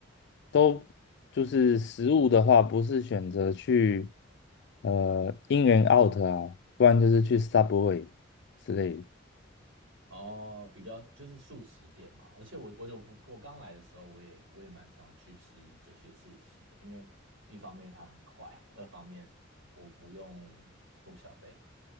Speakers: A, on the left; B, on the right.
A: 都就是食物的话，不是选择去呃 In and Out 啊，不然就是去 Subway 之类的。
B: 哦，比较就是素食店嘛，而且我我就我刚来的时候，我也我也蛮常去吃这些素食的，因为一方面它很快，二方面我不用付小费。